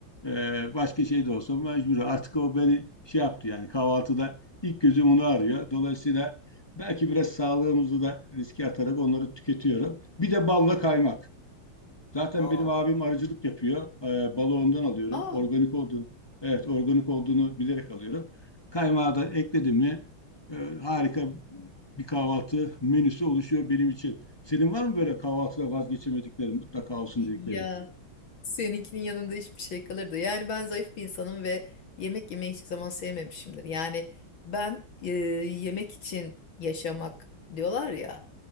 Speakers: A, on the left; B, on the left.
A: e, başka şey de olsa mecbur. Artık o beni şey yaptı yani kahvaltıda ilk gözüm onu arıyor. Dolayısıyla belki biraz sağlığımızı da riske atarak onları tüketiyorum. Bir de balla kaymak. Zaten
B: Aa,
A: benim abim arıcılık yapıyor. Ee, balı ondan alıyorum.
B: Aa,
A: Organik olduğunu, evet organik olduğunu bilerek alıyorum. Kaymağı da ekledim mi e, harika bir kahvaltı menüsü oluşuyor benim için. Senin var mı böyle kahvaltıda vazgeçemediklerin, mutlaka olsun
B: ya
A: dedikleri?
B: seninkinin yanında hiçbir şey kalırdı. Yani ben zayıf bir insanım ve yemek yemeyi hiçbir zaman sevmemişimdir. Yani ben e, yemek için yaşamak diyorlar ya.